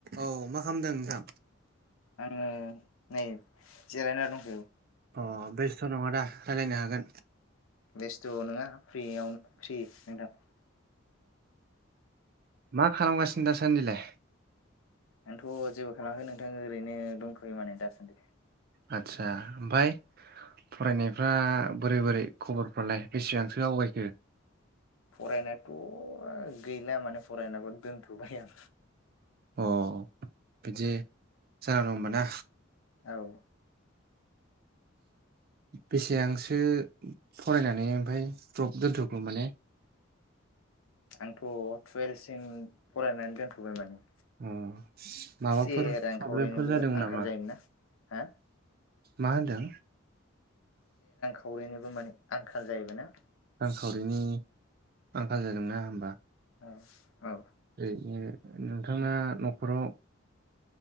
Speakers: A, on the right; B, on the left.
A: औ मा खालामदों नोंथां।
B: आङो नै जिरायना दङो।
A: अ बेस्थ नङा दा। रायलायनो हागोन।
B: बेस्थ नङा फ्रियाव फ्रि नोंथां।
A: मा खालामगासिनो दासान्दिलाय।
B: आोंथ जेबो खालामाखै नोंथां ओरैनो दंथयो माने दासान्दि।
A: आदसा ओमाय फरायनायफ्रा बोरै बोरै खबरफ्रालाय बेसेबांसो आवगायखो।
B: फरायनायाथ गैला माने फरायनायाबो दोनथबाय आं।
A: अ बिदि जान दं होनबा ना।
B: औ‌।
A: बेसेबांसो फरायनानै ओमफ्राय द्रप दोन्थग माने
B: आंथ टुवेल। जों फरायनानै दोनथबाय माने।
A: अ माबाफोर
B: एसे रांखावरिनिबो
A: प्रब्लेमफोर जादोंमोन
B: आंखाल
A: नामा।
B: जायोमोनना हा
A: मा होनदों।
B: <unintelligible> आंखाल जायोबा ना।
A: खावरिनि। आंखाल जादोंना होमबा।
B: अ औ।
A: ओ उम नोंथांङा न' खराव।